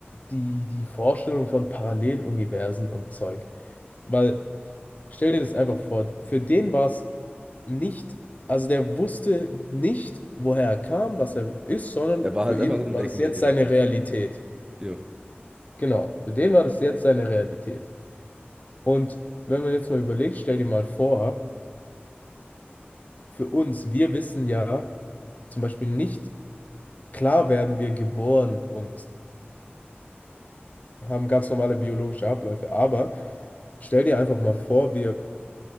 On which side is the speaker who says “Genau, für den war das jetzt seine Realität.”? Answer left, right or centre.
Left